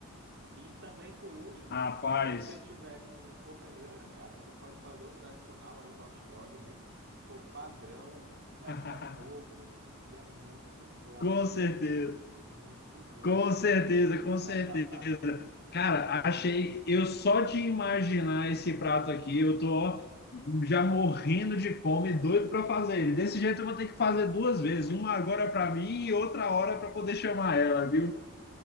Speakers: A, on the right; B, on the left.
A: E também por último,
B: Rapaz,
A: se você tiver com pouca grana, cara, você pode fazer o tradicional aí hot dog, né? Pô, padrão, gasta
B: <laughs>
A: pouco e é muito bom,
B: com
A: velho.
B: certeza.
A: Muito bom.
B: Com certeza, com certeza.
A: <laughs>
B: Cara, achei. Eu só de imaginar esse prato aqui, eu tô ó, já morrendo de fome, doido para fazer ele. Desse jeito eu vou ter que fazer duas vezes, uma agora para mim e outra hora para poder chamar ela, viu?